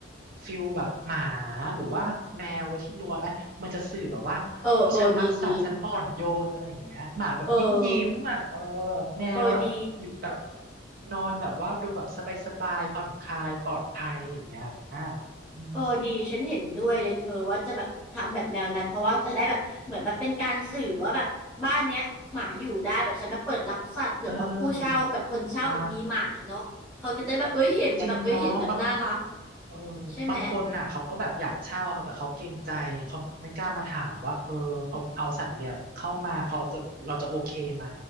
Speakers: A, on the right (about 45°); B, in the centre.
A: ฟิลแบบหมาหรือว่าแมวไว้ที่รั้วไหมมันจะสื่อแบบว่าอุ้ยฉันรักสัตว์ฉันอ่อนโยนอะไรอย่างเงี้ยหมาแบบยิ้มยิ้มอ่ะเออ
B: เออเออดีดีเออ
A: แมวแบบอยู่แบบ
B: เออดี
A: นอนแบบว่าดูแบบสบายสบายผ่อนคลายปลอดภัยอย่างเงี้ยอ่ะอืม
B: เออดีฉันเห็นด้วยเลยเธอว่าจะแบบทำแบบแนวนั้นเพราะว่าจะได้แบบเหมือนแบบเป็นการสื่อว่าแบบบ้านเนี้ยหมาอยู่ได้แบบฉันแบบเปิดรับสัตว์เผื่อว่าผู้เช่าแบบคนเช่าแบบมีหมาเนาะเขาก็จะได้แบบเอ้ยเห็นแล้วแบบเอ้ยเห็นแบบน่ารัก
A: เออใช่ จริงเนาะบางเออ
B: ใช่ไหม
A: บางคนน่ะเขาก็แบบอยากเช่าแต่เขาเกรงใจเขาไม่กล้ามาถามว่าเออเอาเอาสัตว์เลี้ยงเข้ามาเขาจะเราจะโอเคไหม